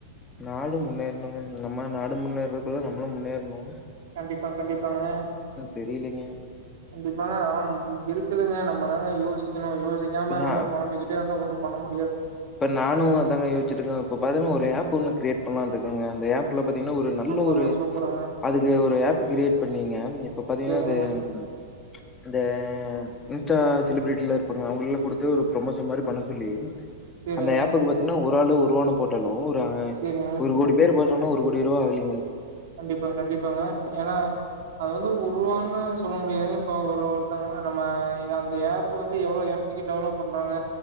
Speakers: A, on the left; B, on the right.
A: நாடு முன்னேருணுங்க நம்ம நாடு முன்னேறக்குள்ள நம் நம்மளு முன்னேரணு
B: கண்டிப்பா கண்டிப்பாங்க
A: தெரியலைங்க.
B: கண்டிப்பாங்க அதா இருக்குதுங்க நம்மதாங்க யோசிக்கணு யோச் சிக்காம
A: நா
B: நம்ம பொலம்பிக்கிட்டே இருந்தா ஒன்னும் பண்ணமுத்
A: இப்ப நானு அதங்க யோச்சிருக்கேன் இப்ப பாத்தங்க ஒரு ஆப் ஒண்ணு கிரியேட் பண்லாருக்கங்க அந்த ஆப்ல பாத்தீங்கனா ஒரு நல்ல
B: சூப்பருங்க
A: ஒரு
B: சூப்பருங்க
A: அதுக்கு ஒரு ஆப் கிரியேட் பண்ணீங்க இப்ப பாத்தீங்கனா
B: சேரிங்க
A: இது ச் இந்த இன்ஸ்டா செலிபிரிட்டில இருப்பாங்க அவுங்கல்லே குடுத்து ஒரு ப்ரொமோஷன் மாரி பண்ண சொல்லி
B: சேரிங்க
A: அந்த அப்புக்கு பாத்தீங்கன்னா ஒரு ஒரு ஆளு ஒருவானு போட்டாலும் பாங்க
B: சேரிங்க
A: ஒரு கோடி பேர் போ பணம் ஒரு கோடி ரூப வெளி
B: கண்டிப்பாங்க கண்டிப்பாங்க ஏன்னா அது வந்து ஒருவான்னு சொல்ல முடியாது இப்போ ஒரு ஒருத்தங்க நம்ம அந்த ஆப்பு வந்து எவ்வளோ எம்பிக்கு டவுன்லோட் பண்றாங்க